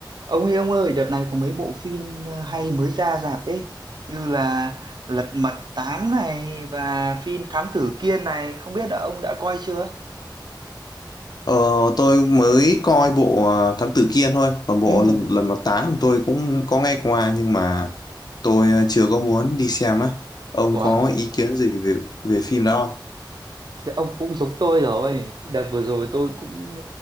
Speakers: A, on the right; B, on the left.
A: Ông ơi ông ơi, đợt này có mấy bộ phim ờ, hay mới ra rạp ấy, như là Lật Mặt 8 này và phim Thám Tử Kiên này, không biết là ông đã coi chưa?
B: Ờ, tôi mới coi bộ ờ, Thám Tử Kiên thôi, còn bộ
A: Ừ.
B: lần lần mà tám thì tôi cũng có nghe qua nhưng mà tôi ờ, chưa có muốn đi xem á. Ông
A: Ủa?
B: có ý kiến gì về về phim đó không?
A: Thì ông cũng giống tôi rồi. Đợt vừa rồi tôi cũng